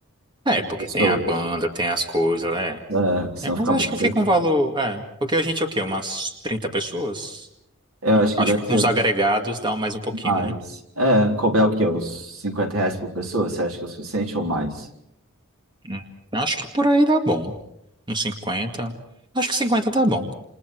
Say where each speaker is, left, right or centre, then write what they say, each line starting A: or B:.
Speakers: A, on the right; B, on the right.
A: É,
B: Das
A: porque
B: pessoas.
A: tem a banda, tem as coisas, né?
B: É, porque senão
A: É, mas
B: fica
A: acho
B: muito
A: que
B: pesado.
A: fica um valor, é, porque a gente é o quê? Umas 30 pessoas?
B: É, Eu acho que
A: Acho
B: deve
A: que com
B: ser
A: os agregados dá mais um pouquinho,
B: mais.
A: né?
B: É, cobrar o quê? Uns 50 reais por pessoa? Você acha que é o suficiente ou mais?
A: Hum, Acho que por aí dá bom. Uns cinquenta Acho que 50 tá bom.